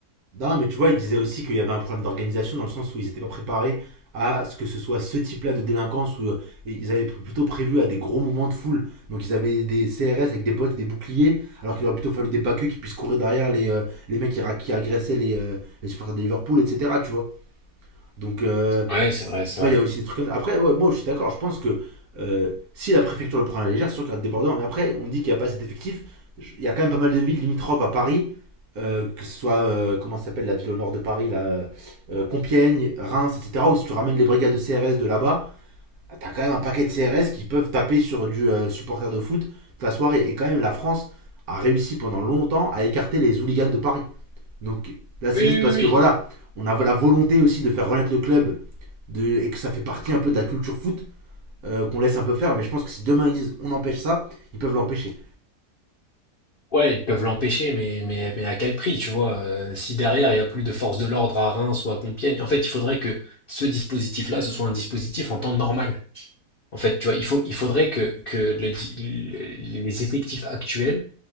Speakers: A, on the right; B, on the left.
A: Non, mais tu vois, il disait aussi qu'il y avait un problème d'organisation dans le sens où ils étaient pas préparés à ce que ce soit ce type-là de délinquance où euh, ils avaient pl- plutôt prévu à des gros mouvements de foule. Donc, ils avaient des CRS avec des bottes et des boucliers, alors qu'il aurait plutôt fallu des backeux qui puissent courir derrière les, euh, les mecs qui, ra- qui agressaient les, euh, les supporters de Liverpool, etc. Tu vois. Donc, euh,
B: Ouais, c'est vrai, c'est
A: tu vois,
B: vrai.
A: il y a aussi des trucs comme ça. Après, ouais, moi, je suis d'accord. Je pense que euh, si la préfecture le prend à la légère, c'est sûr qu'il y a des débordements. Mais après, on dit qu'il n'y a pas assez d'effectifs. Il y a quand même pas mal de villes limitrophes à Paris. euh, que ce soit, euh, comment ça s'appelle la ville au nord de Paris, là, euh, euh, Compiègne, Reims, etc. Où si tu ramènes les brigades de CRS de là-bas, t'as quand même un paquet de CRS qui peuvent taper sur du euh, supporter de foot toute la soirée. Et quand même, la France a réussi pendant longtemps à écarter les hooligans de Paris. Donc là, c'est
B: Oui,
A: juste
B: oui,
A: parce
B: oui. oui.
A: que voilà, on a la volonté aussi de faire renaître le club de, et que ça fait partie un peu de la culture foot euh, qu'on laisse un peu faire. Mais je pense que si demain ils disent on empêche ça, ils peuvent l'empêcher.
B: Ouais, ils peuvent l'empêcher, mais, mais, mais à quel prix, tu vois? euh, si derrière, il n'y a plus de force de l'ordre à Reims ou à Compiègne, en fait, il faudrait que ce dispositif-là, ce soit un dispositif en temps normal. En fait, tu vois, il faut, il faudrait que, que le di- le- les effectifs actuels